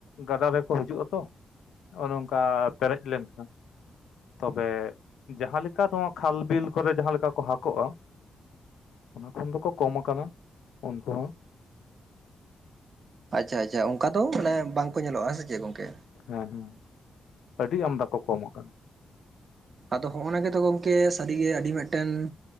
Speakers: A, on the left (about 85°); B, on the right (about 55°).
A: ᱜᱟᱰᱟ ᱨᱮᱠᱚ ᱦᱤᱡᱩᱜᱼᱟ ᱛᱚ᱾ ᱚᱱ ᱚᱝᱠᱟ ᱯᱮᱨᱮᱡ ᱞᱮᱱᱠᱷᱟᱱ ᱛᱚᱵᱮ ᱡᱟᱦᱟᱸ ᱞᱮᱠᱟ ᱱᱚᱣᱟ ᱠᱷᱟᱞ ᱵᱤᱞ ᱠᱚᱨᱮ ᱡᱟᱦᱟᱸ ᱞᱮᱠᱟ ᱠᱚ ᱦᱟᱠᱳᱜ-ᱟ᱾ ᱚᱱᱟ ᱠᱷᱚᱱ ᱫᱚᱠᱚ ᱠᱚᱢ ᱟᱠᱟᱱᱟ ᱩᱱᱠᱩ ᱦᱚᱸ
B: ᱟᱪᱪᱷᱟ ᱟᱪᱪᱷᱟ ᱚᱱᱠᱟ ᱫᱚ ᱢᱟᱱᱮ ᱵᱟᱝᱠᱚ ᱧᱮᱞᱚᱜ-ᱟ ᱦᱮᱸ ᱥᱮ ᱪᱮᱫ ᱜᱚᱝᱠᱮ
A: ᱦᱮᱸ ᱦᱮᱸ ᱟᱹᱰᱤ ᱟᱢᱫᱟ ᱠᱚ ᱠᱚᱢ ᱠᱟᱱᱟ
B: ᱟᱫᱚ ᱦᱚᱜ-ᱚᱱᱟ ᱜᱮᱛᱚ ᱜᱚᱝᱠᱮ ᱥᱟᱹᱨᱤᱜᱮ ᱟᱹᱰᱤ ᱢᱤᱫᱴᱮᱱ